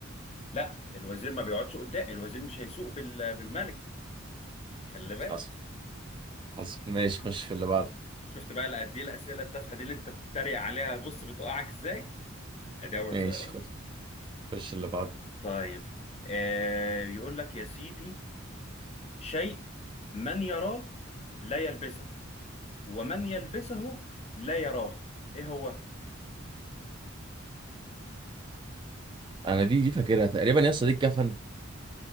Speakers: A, on the left (about 30°); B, on the right (about 25°).
A: لا الوزير ما بيقعدش قدام الوزير مش هيسوق بال- بالملك خلي بالك
B: حصل حصل ماشي خش في اللي بعده
A: شفت بقى قد ايه الأسئلة التافهة دي اللي أنت بتتريق عليها بص بتوقعك إزاي أدي أول
B: ماشي
A: سؤال أهو
B: خش خش اللي بعده
A: طيب آه يقول لك يا سيدي شيء من يراه لا يلبسه ومن يلبسه لا يراه ايه هو
B: انا دي دي فاكرها تقريبا يا اسطى دي الكفن